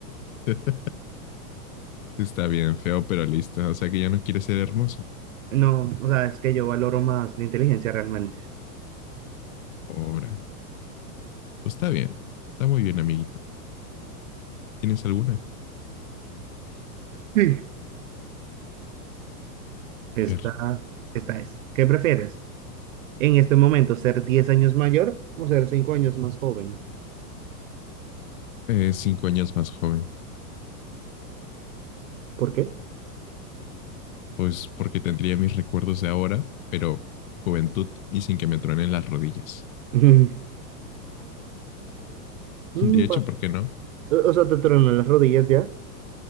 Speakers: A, on the left (about 60°); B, on the right (about 55°).
A: <laughs> Está bien, feo, pero listo. O sea que ya no quiere ser hermoso.
B: No, o sea, es que yo valoro más la inteligencia realmente.
A: Ahora. Pues está bien. Está muy bien, amiguito. ¿Tienes alguna? A
B: Sí. Esta,
A: ver.
B: esta es. ¿Qué prefieres? en este momento ser 10 años mayor o ser 5 años más joven.
A: Eh, cinco años más joven.
B: ¿Por qué?
A: Pues porque tendría mis recuerdos de ahora, pero juventud y sin que me truenen las rodillas.
B: <laughs> Mm,
A: <laughs> De hecho,
B: bueno,
A: ¿por qué no?
B: O o sea, te tronan las rodillas ya.